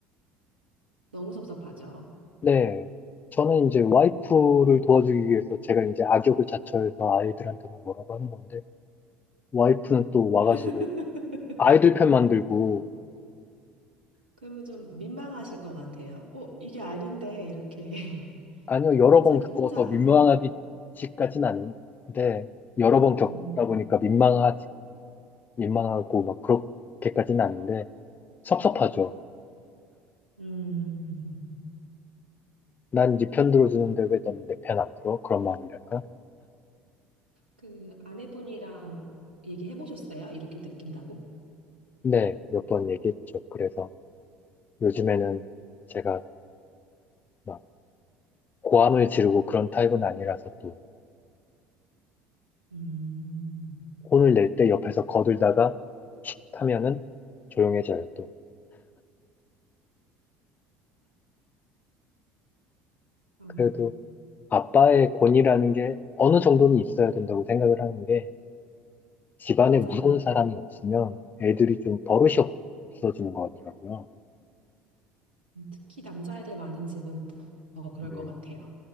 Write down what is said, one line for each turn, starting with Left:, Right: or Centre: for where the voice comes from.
Right: 너무 섭섭하죠.
Left: 네. 저는 이제 와이프를 도와주기 위해서 제가 이제 악역을 자처해서 아이들한테는 뭐라고 하는 건데, 와이프는 또 와가지고
Right: <laughs>
Left: 아이들 편 만들고,
Right: 그러면 좀 민망하실 것 같아요. 어, 이게 아닌데 이렇게 <laughs>
Left: 아니요, 여러
Right: 갑자기
Left: 번 겪어서
Right: 혼자
Left: 민망하기까지는 아닌데, 여러 번 겪다
Right: 음,
Left: 보니까 민망하지, 민망하고 막 그렇게까지는 아닌데, 섭섭하죠.
Right: 음,
Left: 난 네 편 들어주는데 왜 넌 내 편 안 들어? 그런 마음이랄까?
Right: 그 아내분이랑 얘기해 보셨어요? 이렇게 느낀다고?
Left: 네, 몇 번 얘기했죠. 그래서 요즘에는 제가 막 고함을 지르고 그런 타입은 아니라서 또,
Right: 음,
Left: 혼을 낼 때 옆에서 거들다가 타면은 조용해져요, 또.
Right: 아,
Left: 그래도 아빠의 권위라는 게 어느 정도는 있어야 된다고 생각을 하는 게 집안에
Right: 맞아요.
Left: 무서운 사람이 없으면 애들이 좀 버릇이 없어지는 것 같더라고요.
Right: 특히 남자애들 많은 집은 더 그럴
Left: 네.
Right: 것 같아요.